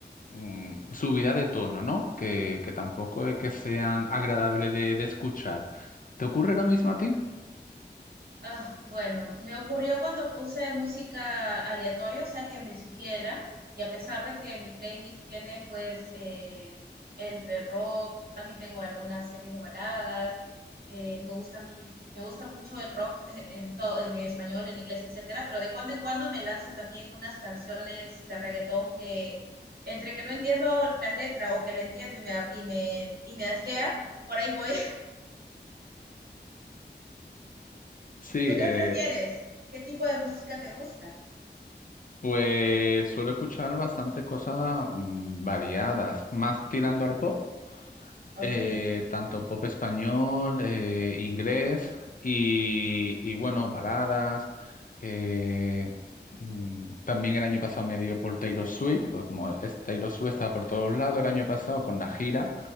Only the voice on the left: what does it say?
mm, subida de tono, ¿no? Que, que tampoco es que sean agradables de, de escuchar. ¿Te ocurre lo mismo a ti?
Sí,
eh,
pues suelo escuchar bastante cosas mm, variadas, más tirando al pop,
eh, tanto pop español, eh, inglés y, y bueno, baladas. eh, mm, también el año pasado me dio por Taylor Swift, porque como es Taylor Swift estaba por todos lados el año pasado con la gira,